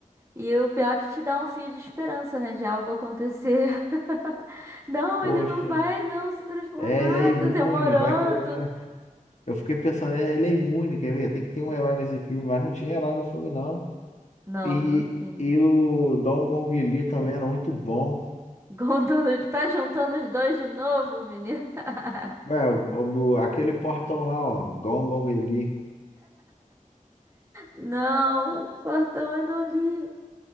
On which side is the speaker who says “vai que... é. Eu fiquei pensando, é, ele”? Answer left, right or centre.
Left